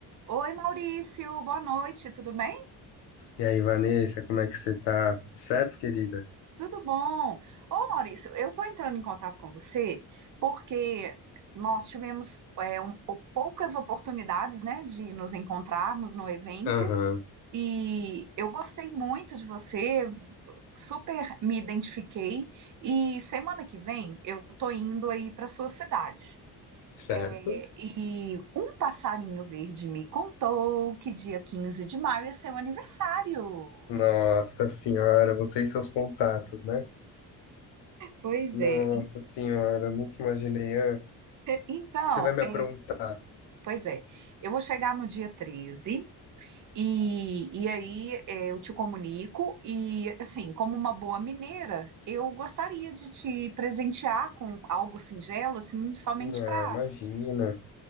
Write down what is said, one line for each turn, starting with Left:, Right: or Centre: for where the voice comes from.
Right: Oi, Maurício, boa noite, tudo bem?
Left: E aí, Vanessa, como é que você tá? Tudo certo, querida?
Right: Tudo bom? Ô, Maurício, eu estou entrando em contato com você porque nós tivemos é, um- ou- poucas oportunidades, né, de nos encontrarmos no evento
Left: Aham,
Right: e eu gostei muito de você, super me identifiquei e semana que vem eu estou indo aí para sua cidade.
Left: certo?
Right: É, E um passarinho verde me contou que dia 15 de maio é seu aniversário.
Left: Nossa senhora, você e seus contatos, né?
Right: Pois
Left: Nossa
Right: é,
Left: senhora, eu nunca imaginei. Ah,
Right: Então,
Left: você vai me
Right: é,
Left: aprontar.
Right: pois é, eu vou chegar no dia 13 e, e aí é, eu te comunico e, assim, como uma boa mineira, eu gostaria de te presentear com algo singelo, assim, somente
Left: Ah,
Right: para...
Left: imagina.